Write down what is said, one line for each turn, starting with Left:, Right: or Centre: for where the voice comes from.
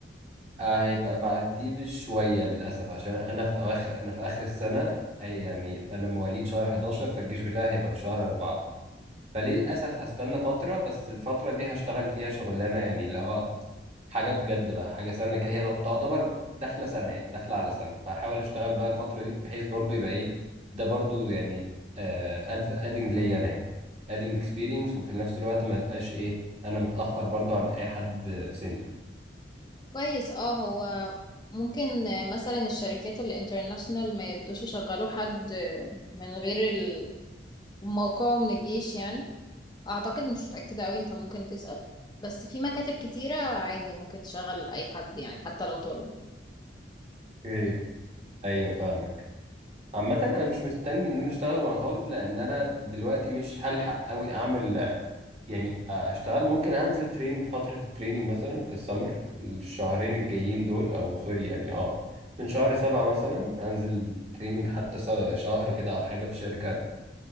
Right: آه، هيبقى بعديه بشويه للاسف عشان انا في اواخر انا في اخر السنه أي يعني انا مواليد شهر 11 فالجيش بتاعي هيبقى في شهر 4 فللأسف هستنى فترة بس الفترة دي هشتغل فيها شغلانة يعني اللي هو حاجة بجد بقى حاجة سنة كده هي تعتبر داخلة سنة يعني داخلة على سنة فهحاول أشتغل بقى الفترة دي بحيث برضو يبقى إيه ده برضو يعني أدنج ليا أنا يعني أدنج إكسبيرينس وفي نفس الوقت ما تبقاش إيه أنا متأخر برضو عن أي حد في سني
Left: كويس اه هو ممكن آه، مثلا الشركات الانترناشنال ما يردوش يشغلوا حد آه، من غير ال- موقعه من الجيش يعني اعتقد مش متأكدة قوي انت ممكن تسأل بس في مكاتب كتيرة عادي ممكن تشغل اي حد يعني حتى لو طالب
Right: اوكي أيوه فاهمك عامة أنا مش مستني إن أنا أشتغل وأنا طالب لأن أنا دلوقتي مش هلحق أوي أعمل يعني آه، اشتغل ممكن انزل تريننج فترة التريننج مثلا في السمر الشهرين الجايين دول او سوري يعني اه من شهر سبعة مثلا انزل تريننج حتى سا- شهر كده او حاجة في شركة